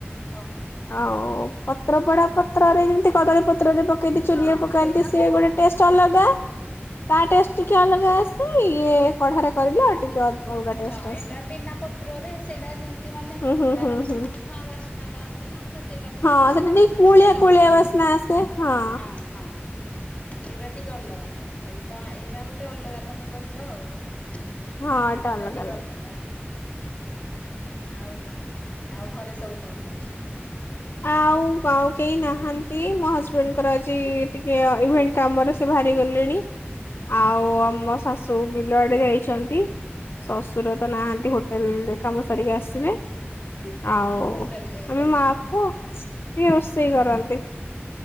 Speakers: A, on the left (about 35°); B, on the left (about 60°).
A: ଅ ହ।
B: ଆଉ ପତ୍ର ପଡା ପତ୍ରରେ ଯେମିତି କଦଳୀ ପତ୍ରରେ ପ ପକେଇକି ଚୁଲି
A: ହଁ
B: ରେପକାନ୍ତି
A: ସେଇଟା
B: ସେ
A: ତ ମୁଁ
B: ଗୋଟେ
A: ଜାଣିଛି
B: ଟେଷ୍ଟେ ଅଲଗା
A: ହଁ।
B: ତା ଟେଷ୍ଟେ ଟିକେ ଅଲଗା ଆସେ ଇଏ କଢାରେ କରିଲେ ଆଉ ଟିକେ ଅଲଗା ଟେଷ୍ଟେ
A: ହଁ ଏଇଟା
B: ଆସେ।
A: ବିନା ପତ୍ରରେ ସେଇଟା ଯେମତି ମାନେ
B: ହୁଁ ହୁଁ
A: ତାର
B: ହୁଁ
A: ଧୂଆଁ
B: ହୁଁ
A: ଧୂଆଁ ବାସ୍ନାଟା ଆସେ ନା ତ ସେଇଟା। ପତ୍ରର
B: ହଁ ସେଟା
A: ବାସ୍ନା
B: ଟିକେ କୁଳିଆ
A: ଟା ସେଇଟା
B: କୁଳିଆ
A: ଗୋଟେ ଅଲଗା
B: ବାସ୍ନା
A: ଲାଗେ।
B: ଆସେ ହଁ।
A: ହଁ ହଁ। ସେଇଟା ଟିକେ ଅଲଗା ଲାଗିବ ଏଇଟା ଏଇଟା ଗୋଟେ ଅଲଗା ତମେ କହିଲ ଆଉ ଏଇଟା
B: ହଁ ଏଟା
A: ଟିକେ
B: ଲାଗେ।
A: ଅଲଗା। ଆଉ କଣ ଆଉ ଘରେ ସବୁ କଣ କରୁଚନ୍ତି?
B: ଆଉ ଆଉ କେହି ନାହାନ୍ତି ମୋ ହଜବେଣ୍ଡଙ୍କର ଆଜି ଟିକେ ଇଭେଣ୍ଟ କାମରେ ସେ ବାହାରି ଗଲେଣି। ଆଉ
A: ଓହୋ
B: ଆମ ଶାଶୁ ବିଲଆଡେ ଯାଇଚନ୍ତି। ଶଶୁର ତ ନାହାନ୍ତି ହୋଟେଲରେ କାମ ସରିକି ଆସିବେ ଆଉ
A: ଓହୋ ହୋଟେଲରେ
B: ଆମେ
A: କରୁଛନ୍ତି
B: ମା ପୁଅ
A: କାମ
B: ସିଏ ରୋଷେଇ କରନ୍ତି